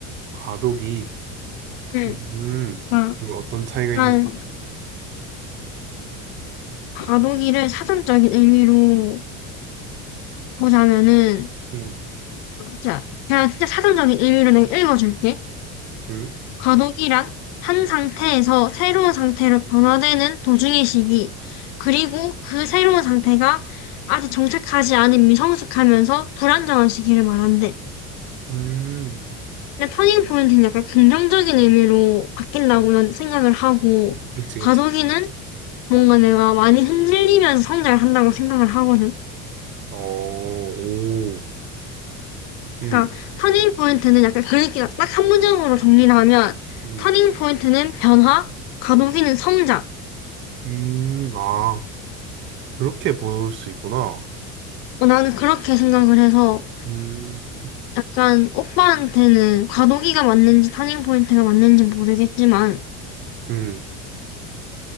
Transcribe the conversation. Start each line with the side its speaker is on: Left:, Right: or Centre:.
Right: 과도기
Left: 응.
Right: 음
Left: 그러니까
Right: 이거 어떤 차이가 있는지
Left: 약간 과도기를 사전적인 의미로 보자면은
Right: 음,
Left: 자, 그냥 진짜 사전적인 의미로 내가 읽어줄게.
Right: 음,
Left: 과도기란 한 상태에서 새로운 상태로 변화되는 도중의 시기, 그리고 그 새로운 상태가 아직 정착하지 않은 미성숙하면서 불안정한 시기를 말한대.
Right: 음,
Left: 근데 터닝 포인트는 약간 긍정적인 의미로 바뀐다고는 생각을 하고,
Right: 그치,
Left: 과도기는
Right: 그치.
Left: 뭔가 내가 많이 흔들리면서 성장을 한다고 생각을 하거든.
Right: 어, 오, 음,
Left: 그러니까 터닝 포인트는 약간 그 얘기가 딱 한 문장으로 정리를 하면,
Right: 음,
Left: 터닝 포인트는 변화, 과도기는 성장.
Right: 음, 아, 그렇게 볼 수 있구나.
Left: 어, 나는 그렇게 생각을 해서,
Right: 음,
Left: 약간 오빠한테는 과도기가 맞는지 터닝 포인트가 맞는지 모르겠지만,
Right: 음,